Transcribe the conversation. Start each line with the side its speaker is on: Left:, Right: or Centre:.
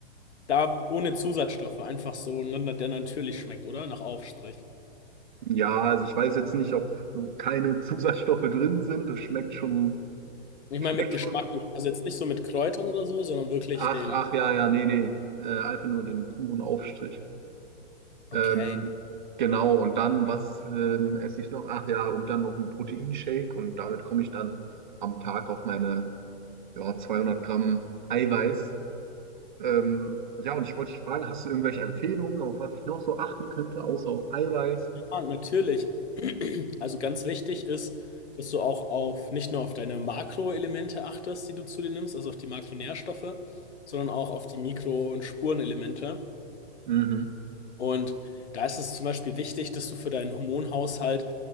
Left: Da ohne Zusatzstoffe, einfach so, ne, der natürlich schmeckt, oder? Nach Aufstrich.
Right: Ja, also ich weiß jetzt nicht, ob keine Zusatzstoffe drin sind. Das schmeckt schon,
Left: Ich
Right: schmeckt
Left: meine mit Geschmack,
Right: schon.
Left: also jetzt nicht so mit Kräutern oder so, sondern wirklich
Right: Ach,
Left: den.
Right: ach, ja, ja, nee, nee. Äh, einfach nur den puren Aufstrich.
Left: Okay.
Right: Ähm, genau, und dann, was ähm, esse ich noch? Ach ja, und dann noch einen Proteinshake und damit komme ich dann am Tag auf meine ja, 200 Gramm Eiweiß. Ähm, ja, und ich wollte dich fragen, hast du irgendwelche Empfehlungen, auf was ich noch so achten könnte, außer auf Eiweiß?
Left: Ja, natürlich. <clears throat> Also ganz wichtig ist, dass du auch auf nicht nur auf deine Makroelemente achtest, die du zu dir nimmst, also auf die Makronährstoffe, sondern auch auf die Mikro- und Spurenelemente.
Right: Mhm.
Left: Und da ist es zum Beispiel wichtig, dass du für deinen Hormonhaushalt